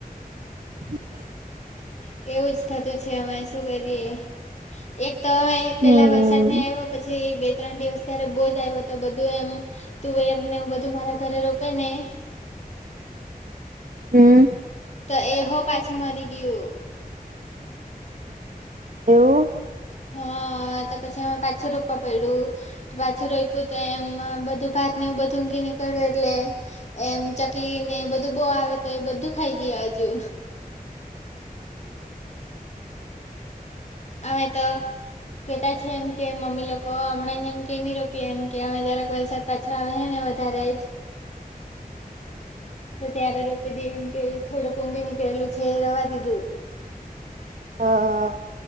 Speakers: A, on the right; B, on the left.
A: <inaudible>
B: કેવું જ થતું છે અમે શું કરીએ? એક તો એ પેલા
A: હમ
B: વરસાદ ની આયવો પછીય બે ત્રણ દિવસ ત્યારે બો જ આયવો તો બધું એમ તુંવેર ને એવું બધું મારા ઘરે રોપે ને
A: હમ્મ.
B: તો એ હો પાછું મરી ગિયું.
A: એવું.
B: હા તો પછી અમે પાછું રોપ્પા પયડું. પાછું રોયપુ તો એમ અ બધું ભાત ને એવું બધું ઊંગી નિકયળું એટલે એમ ચકલી ને એ બધું બો આવે તો એ બધું ખાઈ ગિયા અજુ. આવે તો કેતા છે એમ કે મમ્મી લોકો અમણાં જ એમ કે ની રોપીએ એમ કે અમે જરાક વરસાદ પાછો આવહે ને વધારે જ તો ત્યારે રોપી દીએ એમ કે થોડુંક ઉગી નીકળેલું છે એ રવા દીધું <inaudible>
A: હ હ.